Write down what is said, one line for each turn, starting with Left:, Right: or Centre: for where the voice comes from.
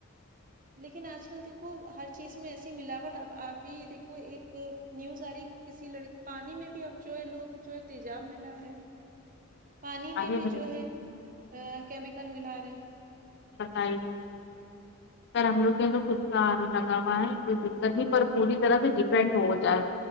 Right: لیکن آج کل دیکھو ہر چیز میں ایسی ملاوٹ اب آپ بھی دیکھو ایک نیوز آ رہی ہے کسی لڑک پانی میں بھی اب چوہے لوگ چوہ تیجاب میں لا رہے ہیں پانی
Left: ارے
Right: میں بھی جو ہے کیمیکل ملا رہے ہیں
Left: بتائی گے پر ہم لوگ کے انر خود کا آر لگا ہوا ہے کوئی دقت نہیں پر پوری طرح سے ڈیپینڈ ہو جائے